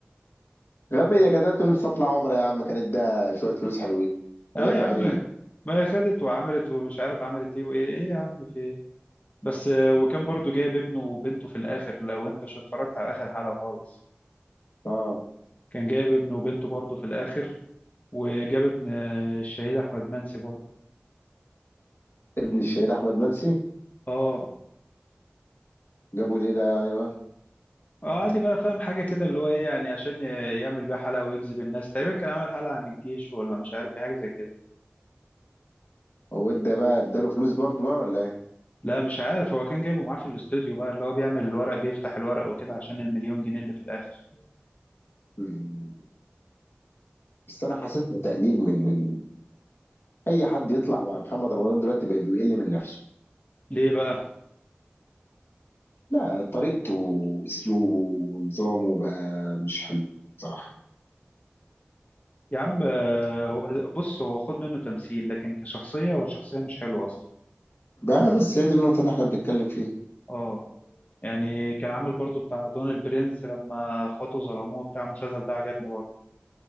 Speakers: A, on the left (about 75°); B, on the left (about 40°).
A: <laughs> غبية كانت قالت له نفسي اطلع عمرة يا عم كانت ده شوية فلوس حلوين
B: اه
A: هي
B: يا
A: فقرية
B: عم ما هي خدت وعملت ومش عارف عملت ايه وايه ايه يا عم في ايه بس آه، وكان برضو جايب ابنه وبنته في الاخر لو انت مش اتفرجت على اخر حلقه خالص
A: اه
B: كان جايب ابنه وبنته برضو في الاخر وجاب ابن آه، الشهيد احمد منسي برضو
A: ابن الشهيد احمد منسي
B: اه
A: جابوا ليه ده يعني بقى
B: عادي بقى فاهم حاجة كده اللي هو ايه يعني عشان ي- يعمل بيها حلقة ويجذب الناس تقريبا كان عامل حلقة عن الجيش ولا مش عارف ايه حاجة زي كده
A: هو ادى بقى اداله فلوس برضه بقى ولا ايه؟
B: لا مش عارف هو كان جايبه معاه في الاستوديو بقى اللي هو بيعمل الورق بيفتح الورق وكده عشان المليون جنيه اللي في الآخر
A: مم. بس انا حسيتها تقليل من من اي حد يطلع مع محمد رمضان دلوقتي بقى بيقل من نفسه
B: ليه بقى
A: لا طريقته واسلوبه ونظامه بقى مش حلو بصراحة
B: يا عم آه، هو بص هو خد منه تمثيل لكن كشخصية هو شخصية مش حلوة أصلا
A: بقى بس هي دي النقطة اللي احنا بنتكلم فيها
B: اه يعني كان عامل برضو بتاع رضوان البرنس لما اخواته ظلموه بتاع المسلسل ده عجبني برضه